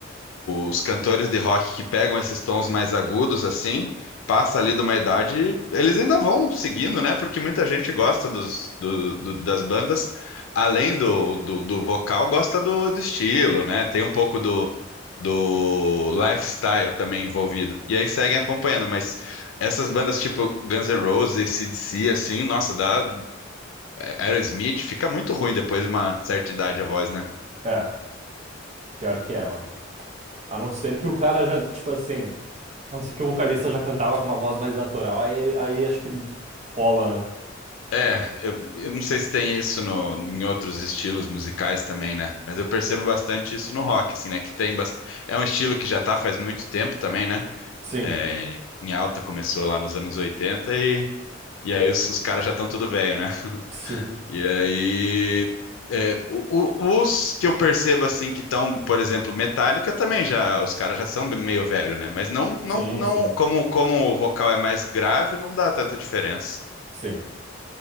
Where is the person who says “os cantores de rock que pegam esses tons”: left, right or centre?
Left